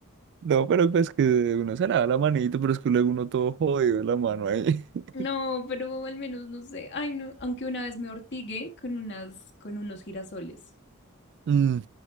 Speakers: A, on the right; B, on the left.
A: no, pero pues que uno se lava la manito, pero es que luego uno todo jodido de la mano ahí. <laughs>
B: No, pero al menos no sé. Ay, no, aunque una vez me ortigué con unas, con unos girasoles,
A: Mm.